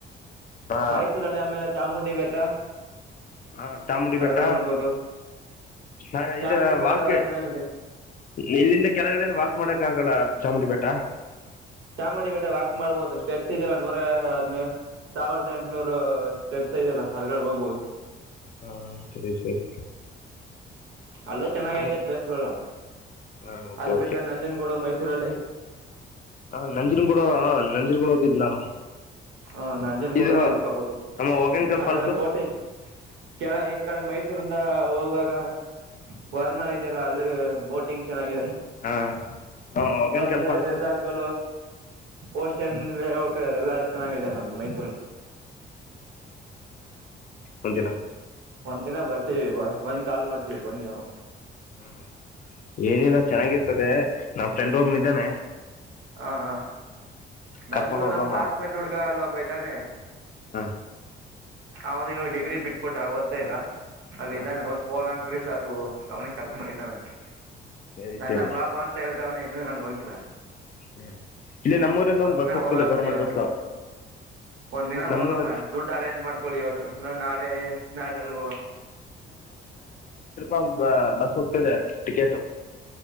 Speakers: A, on the left; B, on the right.
A: ಹಾ
B: ಮೈಸೂರಲ್ಲಿ ಆಮೇಲೆ ಚಾಮುಂಡಿ ಬೆಟ್ಟ.
A: ಹಾ ಚಾಮುಂಡಿ
B: ಅದೆಲ್ಲ
A: ಬೆಟ್ಟ.
B: ನೋಡ್ಬೋದು
A: ಹ
B: ಚಾಮುಂಡಿ
A: ಇ
B: ಬೆಟ್ಟ
A: ವಾಕ್
B: ಚೆನ್ನಾಗಿದೆ
A: ಇಲ್ಲಿಂದ ಕೆಳಗಡೆಯಿಂದ ವಾಕ್ ಮಾಡಕ ಆಗಲ್ಲ ಚಾಮುಂಡಿ ಬೆಟ್ಟ.
B: ಚಾಮುಂಡಿ ಬೆಟ್ಟ ವಾಕ್ ಮಾಡ್ಬೋದು ಸ್ಟೆಪ್ಸ್ ಇದಲ್ಲಾ ನೂರ ಅದ್ನ ಸಾವಿರದ ಎಂಟನೂರು ಸ್ಟೆಪ್ಸ್ ಐದೆಲ್ಲ ಅದ್ರಲ್ಲಿ ಹೋಗ್ಬೋದು.
A: ಹಾಂ ಸರಿ ಸರಿ
B: ಅಲ್ಲೂ ಚೆನ್ನಾಗ
A: ಹಂಗ್
B: ಐತೆ ಪ್ಲೇಸ್ ಗಳಲ್ಲ
A: ಹಾಂ ಓಕೆ
B: ಅದ್
A: ಓಕೆ
B: ಬಿಟ್ರೆ ನಂಜನ್ಗೂಡು ಮೈಸೂ ರಲ್ಲಿ.
A: ಹ ನಂಜನಗೂಡ ಆಂ ನಂಜಿನಗೂಡ ಹೋಗಕಿದಿದ್ದ ನಾನು.
B: ಹ ನಂಜನಗೂಡು
A: ಇದು
B: ನೋಡ್ಕಬೋದು
A: ನಮ್ಮ ಹೊಗೇನಕಲ್
B: ಆಮೇಲೆ
A: ಫಾಲ್ಸು
B: ಬೋಟಿಂಗ್. ಕೆ ಈ ಕಡೆ ಮೈ ಮೈಸೂರಿಂದ ಹೋಗುವಾಗ ವರ್ಣ ಇದೆಯಲ್ಲ ಅಲ್ಲಿ ಬೋಟಿಂಗ್ ಚೆನ್ನಾಗಿದೆ.
A: ಹಾಂ ಹಾಂ ಹೊಗೇನಕಲ್
B: ಪಕ್ಕದಲ್ಲೇ
A: ಫಾಲ್ಸು
B: ರೆಜರ್ಟ್ ಗಳು ಓಸ್ಟ್ ಚಂದ್ರ ಲೇಔಟ್ ಅದೆಲ್ಲ ಚೆನ್ನಾಗದೆ ಮೈಸೂರ್ ಅಲ್ಲಿ.
A: ಬಂದಿಲ್ಲ.
B: ಒಂದ್ ದಿನ ಬರ್ತೀವಿ ಒಂದ್ ಕಾಲ್ ಮಾಡ್ತೀವಿ ಬನ್ನಿ ನೀವು.
A: ಹ್ಮ್ ಏನಿಲ್ಲ ಚೆನ್ನಾಗಿರ್ತದೆ ನಮ್ ಫ್ರೆಂಡ್ ಒಬ್ಬ ಇದ್ದಾನೆ.
B: ಹ ಹ ನನ್ಗೂ
A: ಕರ್ಕೊಂಡು ಹೋಗಮ್ಮ
B: ನಮ ಕ್ಲಾಸ್ಮೇಟ್ ಹುಡ್ಗ ಅಲ್ ಒಬ್ಬ ಇದ್ದಾನೆ.
A: ಹಾ
B: ಅವ್ನಿಗ ಡಿಗ್ರಿ ಬಿಟ್ಬಿಟ್ಟ ಓದ್ತಿಲ್ಲ ಅಲ್ಲಿ
A: ಹಾಂ
B: ಇದಾನೆ ಹೋಗ ಫೋನ್ ಹಾಕ್ಬಿಟ್ರೆ ಸಾಕು ಅವ್ನೇ ಕರ್ಕೊಂಡು ಹೋಗ್ತಾನಂತೆ
A: ಸರಿ
B: ನನ್ನ
A: ಸರಿ
B: ಬಾ ಬಾ ಅಂತ ಹೇಳ್ ಹೇಳ್ತವನೇ ಇನ್ನು ನಾನು ಹೋಗಿಲ್ಲ.
A: ಹ್ಮ್ ಇಲ್ಲಿ ನಮ್ಮೂರಿಂದ
B: ಒಂದು
A: ಒಂದ್ ಬಸ್
B: ದಿನ
A: ಹೋಗ್ತದೆ
B: ಹೋಗಣ
A: ಗೌರ್ಮೆಂಟ್
B: ಬಿಡಿ ಅಲ್ಲ
A: ಬಸ್ಸು.
B: ಒಂದ್ ದಿನ
A: ನಮ್ಮೂರ
B: ಹೋಗಮ್ಮ ದುಡ್ಡು ಅರೇಂಜ್ ಮಾಡ್ಕೊಳ್ಳಿ ಇವತ್ತು ಇಲ್ಲ ನಾಳೆ ನಾಳೆಲ್ಲಿ ಹೋಗಮ್ಮ.
A: ಒ ಬಸ್ ಹೋಗ್ತಿದೆ ಟಿಕೆಟ್.